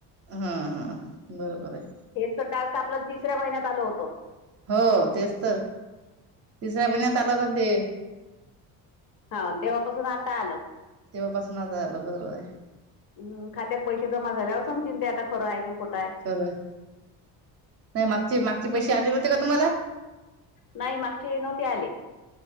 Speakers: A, on the right; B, on the left.
A: हा हा बरोबर आहे.
B: हेच तर टास्क आपल्याला तिसऱ्या महिन्यात आल होतं.
A: हो तेच तर तिसऱ्या महिन्यात आला होता ते.
B: हा तेव्हापासून आता आलं.
A: तेव्हापासून ना आता आलं बरोबर
B: ह खात्यात पैसे जमा झाल्यावर समजिते आता. खरं आहे की खोटं आहे
A: खरं नाही मागचे मागचे पैसे आले न होते का तुम्हाला?
B: नाही मागचे नव्हते आले.